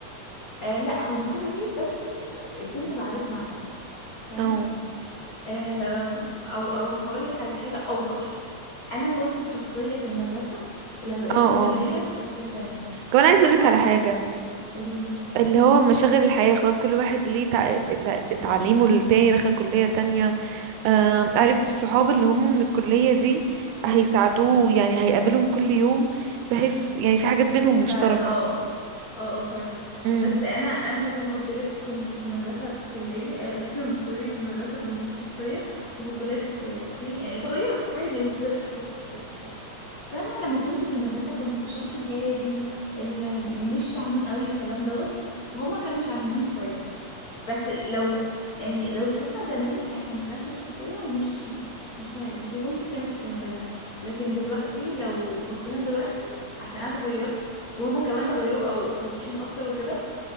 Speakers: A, on the left; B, on the right.
A: آه لا هما شبهي بس الدنيا بعدتنا عن بعض فاهمة
B: او
A: آه أو أو هقولك على حاجة أوضح أنا كنت بشخصية في المدرسة ولما بقيت
B: اه
A: في الكلية
B: اه
A: بشخصية تانية
B: كمان عايز
A: فأنا
B: اقولك على حاجه
A: قوليلي
B: اللي هو مشاغل الحياه خلاص كل واحد ليه تع... تع... تعليمه للتاني دخل كليه تانية آم، عارف صحاب اللي هم من الكلية دي هيساعدوه يعني هيقابلهم كل يوم بحيث يعني في حاجات بينهم مشتركة
A: فعلا اه اه اه آه، فعلا
B: امم
A: بس انا انا زي ما قلت لك كنت في المدرسه بكليه <laughs> آه، سوري في المدرسه كنت بشخصيه وفي الكليه بشخصيه اوكي يعني اتغيرت عادي وكبرت وكده فانا لما كنت في المدرسه كنت الشخص الهادي اللي مش شعنون قوي والكلام دوت وهما كانوا شعنانين شويه بس لو يعني لو شفنا زمان احنا مش نفس الشخصية ومش مش هي... مش هيكون في كيمستري ما بيننا لكن دلوقتي لو بصينا دلوقتي عشان انا اتغيرت وهما كمان اتغيروا بقوا فرفوشين اكتر وكده